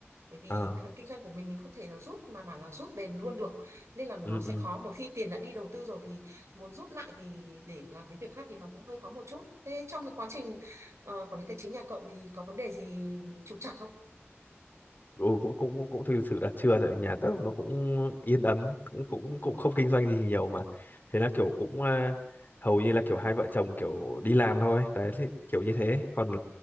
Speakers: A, on the right (about 85°); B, on the left (about 45°).
A: bởi vì
B: ờ
A: phần kinh doanh của mình mình không thể nào rút mà bảo là rút về luôn được nên là nó
B: ừ
A: sẽ
B: ừ
A: khó một khi tiền đã đi đầu tư rồi thì muốn rút lại thì để làm cái việc khác thì nó cũng hơi khó một chút thế trong cái quá trình ờ, quản lý tài chính nhà cậu thì có vấn đề gì trục trặc không
B: ừ, cũng cũng cũng cũng thực sự là chưa tại vì nhà tớ nó cũng yên ấm cũng cũng cũng không kinh doanh gì nhiều mà thế là kiểu cũng à, hầu như là kiểu hai vợ chồng kiểu đi làm thôi đấy thì kiểu như thế còn